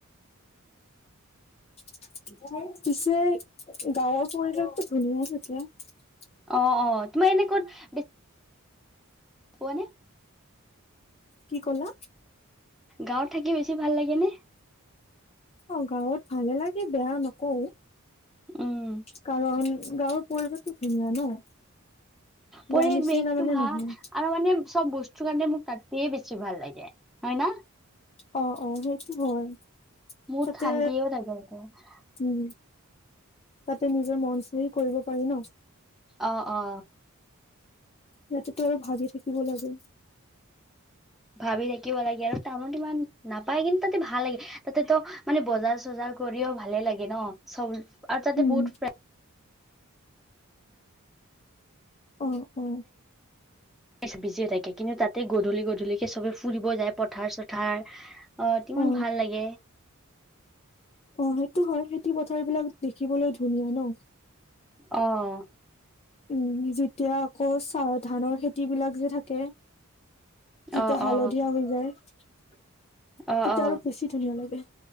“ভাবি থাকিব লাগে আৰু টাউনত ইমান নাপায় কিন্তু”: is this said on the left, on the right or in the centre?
Centre